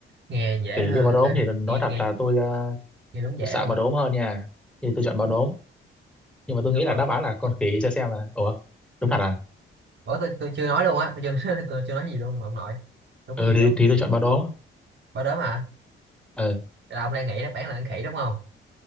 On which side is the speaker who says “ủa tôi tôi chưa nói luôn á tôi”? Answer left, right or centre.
Right